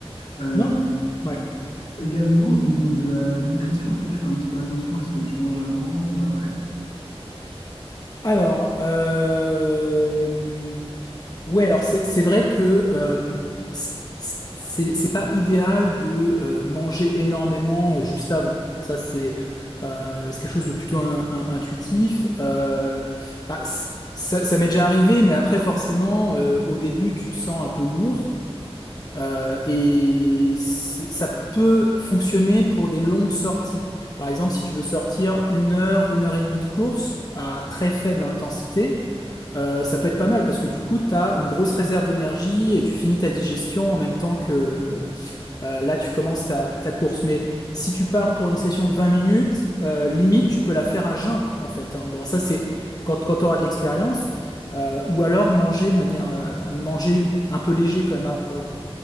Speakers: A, on the left; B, on the left.
A: Euh,
B: Non. Ouais.
A: également, au niveau de la nutrition, est-ce que tu fais un petit peu attention à ce que tu manges avant ou après?
B: Alors, euh, Ouais, alors c'est c'est vrai que euh, c- c- c'est c'est pas idéal de euh, manger énormément euh, juste avant. Ça c'est euh, c'est quelque chose de plutôt in- in- intuitif. Euh, bah, c- ça ça m'est déjà arrivé, mais après forcément euh, au début tu te sens un peu lourd euh, et c'est- ça peut fonctionner pour des longues sorties. Par exemple, si tu veux sortir une heure, une heure et demie de course à très faible intensité. Euh, ça peut être pas mal parce que du coup, tu as une grosse réserve d'énergie et tu finis ta digestion en même temps que euh, là, tu commences ta, ta course. Mais si tu pars pour une session de 20 minutes, euh, limite, tu peux la faire à jeun, en fait. hein. Bon, ça, c'est quand, quand tu auras de l'expérience. euh, ou alors manger de manière, euh, à manger un peu léger quand même avant.